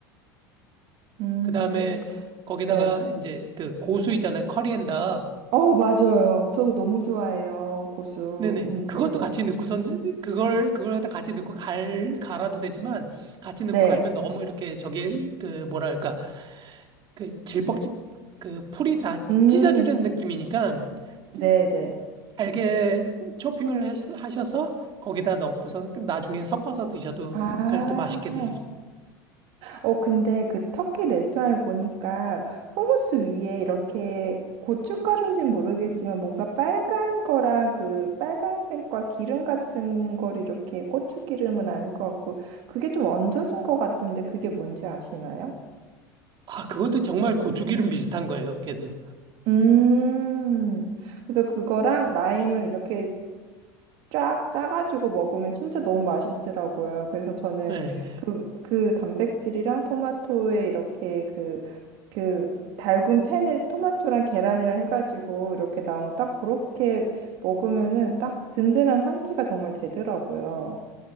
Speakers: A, on the right (about 65°); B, on the right (about 45°).
A: 음,
B: 그 다음에 거기다가
A: 네.
B: 이제 그 고수 있잖아요. 커리엔다.
A: 어, 맞아요. 저거 너무 좋아해요. 고수.
B: 네네.
A: 음,
B: 그것도
A: 네네.
B: 같이 넣고선 그걸 그걸 갖다 같이 넣고 갈 갈아도 되지만 같이 넣고
A: 네.
B: 갈면 너무 이렇게 저게 그 뭐랄까 그 질퍽지 그 풀이 다
A: 음,
B: 찢어지는 느낌이니까
A: 네네.
B: 찌- 잘게 초핑을 하셔- 하셔서 거기다 넣고선 그 나중에 섞어서 드셔도
A: 아.
B: 그래도 맛있게 드실 수 있어요.
A: 어, 근데 그 터키 레스토랑에 보니까 후무스 위에 이렇게 고춧가루인지는 모르겠지만 뭔가 빨간 거랑 그 빨간색과 기름 같은 걸 이렇게 고추기름은 아닐 것 같고 그게 좀 얹어진 것 같던데 그게 뭔지 아시나요?
B: 아, 그것도 정말 고추기름 비슷한 거예요. 걔도.
A: 음, 그래서 그거랑 라임을 이렇게 쫙 짜가지고 먹으면 진짜 너무 맛있더라고요. 그래서 저는
B: 네.
A: 그, 그 단백질이랑 토마토에 이렇게 그, 그 달군 팬에 토마토랑 계란이랑 해가지고 이렇게 나온 딱 그렇게 먹으면은 딱 든든한 한 끼가 정말 되더라고요.